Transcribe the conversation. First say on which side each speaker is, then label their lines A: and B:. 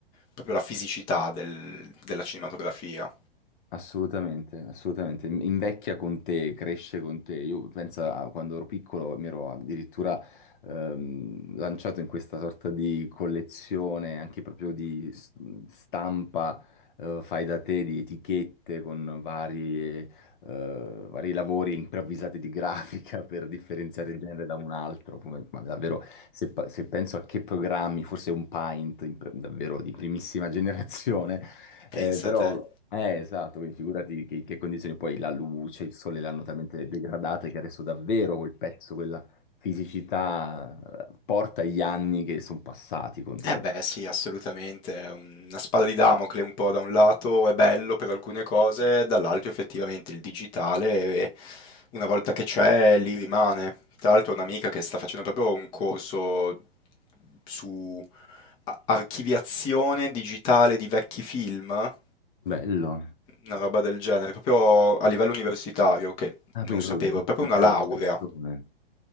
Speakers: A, on the left; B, on the left.
A: proprio la fisicità del- della cinematografia.
B: Assolutamente, assolutamente. In- Invecchia con te, cresce con te. Io penso a quando ero piccolo mi ero addirittura ehm, lanciato in questa sorta di collezione anche proprio di s- stampa eh, fai da te, di etichette con vari, eh, vari lavori improvvisati di grafica <laughs> per differenziare il genere da un altro. Come, ma davvero, se, pa- se penso a che programmi, forse un Paint in pre- davvero di primissima <laughs> generazione
A: Pensa
B: eh, però,
A: a te.
B: eh, esatto, quindi figurati che, che condizioni, poi la luce, il sole l'hanno talmente degradata che adesso davvero quel pezzo, quella fisicità eh, porta gli anni che sono passati con sé.
A: Eh beh, sì, assolutamente, è una spada di Damocle un po' da un lato è bello per alcune cose, dall'altro effettivamente il digitale eh, una volta che c'è lì rimane. Tra l'altro ho un'amica che sta facendo proprio un corso su a- archiviazione digitale di vecchi film,
B: Bello.
A: una roba del genere, proprio a livello universitario che
B: Ah,
A: non
B: quindi
A: sapevo,
B: proprio
A: è
B: digitalizzazione.
A: proprio una laurea.